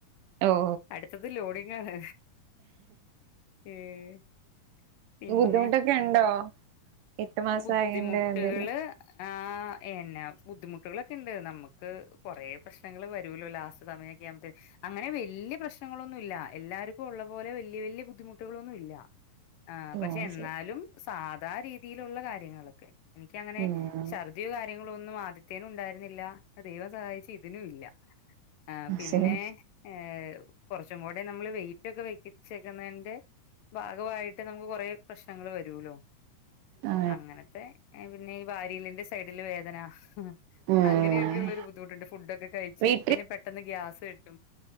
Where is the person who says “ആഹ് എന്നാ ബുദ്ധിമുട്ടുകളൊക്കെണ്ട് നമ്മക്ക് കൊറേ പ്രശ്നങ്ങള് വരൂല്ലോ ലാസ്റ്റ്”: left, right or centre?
Left